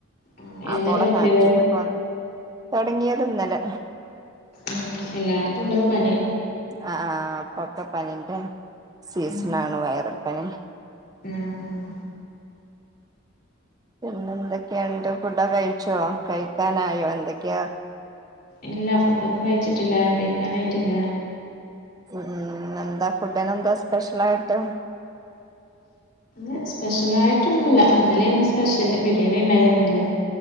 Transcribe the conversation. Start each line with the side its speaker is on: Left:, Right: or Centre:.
Left: ആഹ് എന്നേ
Right: അപ്പോളെ
Left: തൊടത്തിയത്
Right: കാണ്ച്ച്ട്ട്പ്പം തൊടങ്ങിയത് ന്നലെ
Left: ആ എല്ലായ്ട്ത്തുണ്ട്പ്പോ പനി
Right: ആ ആ പ്പൊക്കെ പനിന്റെ സീസണാണ്
Left: ഉം
Right: വൈറൽപ്പനി
Left: ആഹ് ആഹ്
Right: പിന്നെ എന്തൊക്കെയ്ണ്ട് ഫുഡൊക്കെഴിച്ചോ കഴിക്കാനായോ എന്തൊക്കെയാ
Left: ഇല്ല ഫുഡൊന്നും കഴ്ച്ചിട്ടില്ല കഴിക്കാനായ്ട്ടില്ല
Right: ഉം, ഫുഡിന് എന്താ ഫുഡിനെന്താ സ്പെഷ്യൽ ആയിട്ട്
Left: ആ സ്പെഷ്യൽ ആയിട്ടൊന്നുമില്ല ഇന്നലെ സ്പെഷ്യല് ബിരിയാണി ഉണ്ടായിരുന്നു ഇന്നലെ